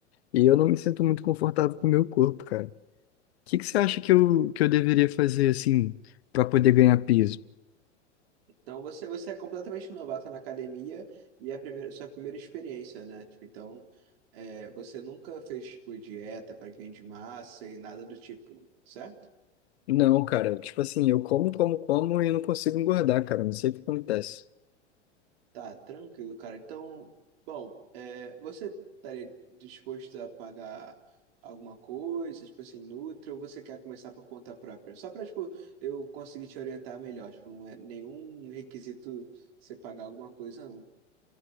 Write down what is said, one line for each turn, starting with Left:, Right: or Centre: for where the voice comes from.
Left: e eu não me sinto muito confortável com o meu corpo, cara. O que que
Right: Sim.
Left: você acha que eu, que eu deveria fazer, assim, para poder ganhar peso?
Right: Então você, você é completamente novato na academia e é a primeira, sua primeira experiência, né? Tipo, então é, você nunca fez tipo, dieta para ganho de massa e nada do tipo, certo?
Left: Não, cara, tipo assim, eu como, como, como e não consigo engordar, cara, não sei o que acontece.
Right: Tá, tranquilo, cara. Então, bom, é, você estaria disposto a pagar alguma coisa, tipo assim, Nutri, ou você quer começar por conta própria? Só para, tipo, eu conseguir te orientar melhor. Tipo, não é nenhum requisito você pagar alguma coisa, não.